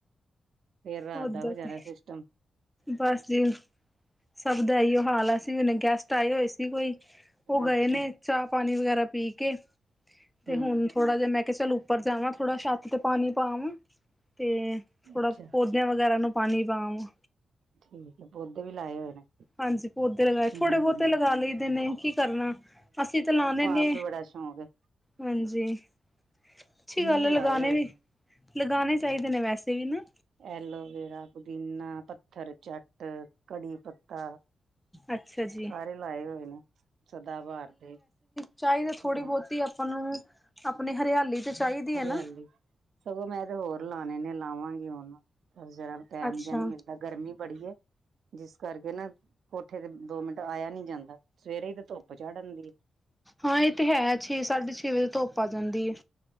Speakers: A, on the right; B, in the centre.
A: ਫੇਰ ਰਾਤ
B: ਓਦਾਂ
A: ਦਾ ਹੋ ਜਾਣੈ
B: ਤੇ
A: ਫੇਰ ਸਵ
B: ਬਸ ਜੀ, ਸਭ ਦਾ ਇਓ ਹਾਲ ਐ। ਅਸੀ ਵੀ ਹੁਣੇ ਗੈਸਟ ਆਏ ਹੋਏ ਸੀ ਕੋਈ ਓਹ ਗਏ
A: ਅੱਛਾ
B: ਨੇ ਚਾਅ ਪਾਣੀ ਵਗੈਰਾ ਪੀ ਕੇ ਤੇ
A: ਹੂੰ
B: ਹੁਣ ਥੋੜਾ ਜਾ ਮੈਂ ਕਿਹਾ ਚੱਲ ਉੱਪਰ ਜਾਵਾਂ ਥੋੜਾ ਸ਼ਤ ਤੇ ਪਾਣੀ ਪਾ ਆਵਾਂ ਤੇ ਥੋੜਾ
A: ਅੱਛਾ
B: ਪੌਧ ਧਿਆਂ ਵਗੈਰਾ ਨੂੰ ਪਾਣੀ ਪਾ ਆਵਾਂ।
A: ਠੀਕ ਏ। ਪੌਦੇ ਵੀ ਲਾਏ ਹੋਏ ਨੇ।
B: ਹਾਂਜੀ ਪੌਦੇ ਲਗਾਏ, ਥੋੜੇ
A: ਹੂੰ
B: ਬੋਤੇ ਲਗਾ ਲਈਦੇ ਨੇ, ਕੀ ਕਰਨਾ। ਅਸੀ ਤਾਂ ਲਾਨੇ ਨੀ।
A: ਓਨੂੰ ਬੜਾ ਸ਼ੌਕ ਐ।
B: ਹਾਂਜੀ, ਅੱਛੀ ਗੱਲ
A: ਮੈਂ ਵੀ
B: ਐ,
A: ਲਾਏ
B: ਲਗਾਣੇ
A: ਹੋਏ
B: ਵੀ।
A: ਨੇ
B: ਲਗਾਣੇ ਚਾਈਦੇ ਨੇ ਵੈਸੇ ਵੀ ਨਾ।
A: ਐਲੋਵੇਰਾ, ਪੁਦੀਨਾ, ਪੱਥਰ ਚੱਟ, ਕੜੀ ਪੱ ਤਾ
B: ਅੱਛਾ ਜੀ
A: ਸਾਰੇ ਲਾਏ ਹੋਏ ਨੇ ਸਦਾਬਾਹਾਰ ਦੇ।
B: ਚਾਈਦੀ ਏ ਥੋੜੀ
A: ਹਾਂ
B: ਬੋਤੀ ਆਪਾਂ ਨੂੰ ਆਪਣੇ ਹਰੇਆਲੀ ਤੇ ਚਾਹੀਦੀ ਹੈ
A: ਹਰੇਆਲੀ,
B: ਨਾ
A: ਸਗੋਂ ਮੈਂ ਤੇ ਹੋਰ ਲਾਣੇ ਨੇ ਲਾਵਾਂਗੀ ਹੁਣ ਪਰ ਜ਼ਰਾ ਟੈਮ
B: ਅੱਛਾ
A: ਜੇਆ ਨੀ ਮਿਲਦਾ ਗਰਮੀ ਬੜੀ ਏ ਜਿਸ ਕਰਕੇ ਨਾ ਕੋਠੇ ਤੇ ਦੋ ਮਿੰਟ ਆਏਆ ਨੀ ਜਾਂਦਾ। ਸਵੇਰੇ ਈ ਫੇਰ ਧੁੱਪ ਚੜ ਆਂਦੀ ਏ।
B: ਹਾਂ ਏ ਤੇ ਹੈ। ਛੇ-ਸਾਢੇ ਛੇ ਵਜੇ ਧੁੱਪ ਆ ਜਾਂਦੀ ਏ।